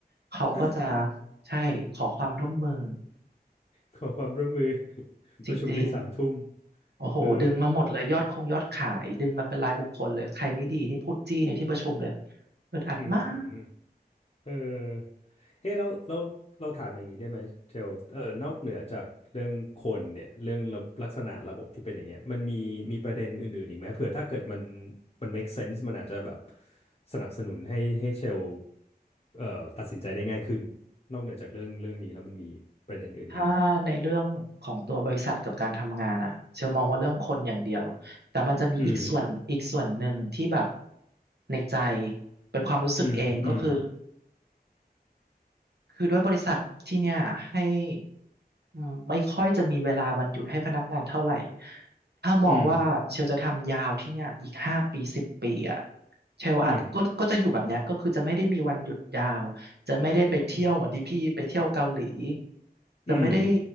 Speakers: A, on the right; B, on the left.
A: เขาก็จะ
B: ฮะ
A: ใช่ขอความร่วมมือ
B: ขอความร่วมมือ <laughs>
A: จริง
B: ประชุมถึงสามทุ่ม
A: ๆโอ้โหดึงมาหมดเลยยอดคงยอดขายดึงมาเป็นรายบุคคลเลยใครไม่ดีนี่พูดจี้ในที่ประชุมเลย
B: เออ
A: อึดอัดมาก
B: อืมเออเอ๊ะแล้วแล้วเราถามอย่างนี้ได้ไหมเชลเออนอกเหนือจากเรื่องคนเนี่ยเรื่องระลักษณะระบบที่เป็นอย่างเงี้ยมันมีมีประเด็นอื่นๆอีกไหมเผื่อถ้าเกิดมันมัน make sense มันอาจจะแบบสนับสนุนให้ให้เชลเอ่อตัดสินใจได้ง่ายขึ้นนอกเหนือจากเรื่องเรื่องนี้แล้วมันมีประเด็นอื่นอีกไหม
A: ถ้าในเรื่องของตัวบริษัทกับการทำงานอ่ะเชลมองว่าเรื่องคนอย่างเดียวแต่มันจะมีอีกส่วนอีกส่วนหนึ่งที่แบบ
B: อืม
A: ในใจเป็นความรู้สึกเองก็คือ
B: อืมอืม
A: คือด้วยบริษัทที่เนี่ยให้อืมไม่ค่อยจะมีเวลาวันหยุดให้พนักงานเท่าไหร่ถ้ามองว่าเชลจะทำยาวที่เนี่ยอีกห้าปีสิบปีอ่ะ
B: อืม
A: เชลอาจก็อืมก็จะอยู่แบบเนี้ยก็คือจะไม่ได้มีวันหยุดยาวจะไม่ได้ไปเที่ยวเหมือนที่พี่ไปเที่ยวเกาหลี
B: อืม
A: จะไม่ได้
B: อืม